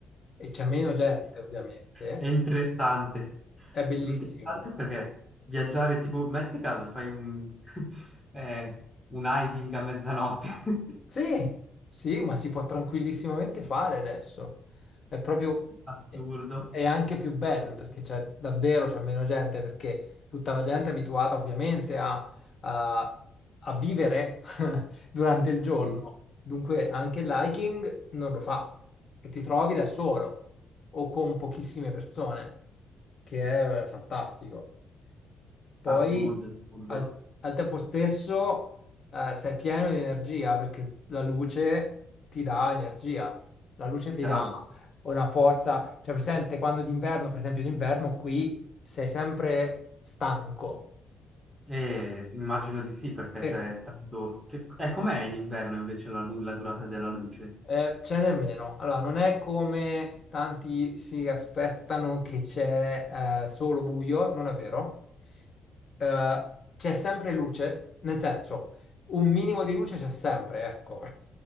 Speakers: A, on the left; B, in the centre.
A: e c'è meno gente, ovviamente.
B: È interessante.
A: È bellissimo.
B: Interessante perché viaggiare, tipo, metti caso, fai un, <laughs> eh, un hiking a mezzanotte. <laughs>
A: Sì, sì, ma si può tranquillissimamente fare adesso. È proprio,
B: Assurdo.
A: è è anche più bello perché c'è davvero c'è meno gente, perché tutta la gente è abituata ovviamente a, a- a vivere <laughs> durante il giorno.
B: Sì,
A: Dunque anche il hiking non lo fa e ti trovi da solo o con pochissime persone, che è fantastico. Poi
B: assurdo, assurdo.
A: al, al tempo stesso eh, sei pieno di energia perché la luce ti dà energia, la luce ti
B: Chiaro.
A: dà una forza, cioè presente quando d'inverno, per esempio d'inverno qui sei sempre stanco
B: E immagino di sì, perché
A: e
B: c'è tanto... Cioè, eh, com'è in inverno invece la, lu- la durata della luce?
A: eh, ce n'è meno. Allora non è come tanti si aspettano che c'è eh, solo buio, non è vero. Eh, c'è sempre luce, nel senso un minimo di luce c'è sempre, ecco.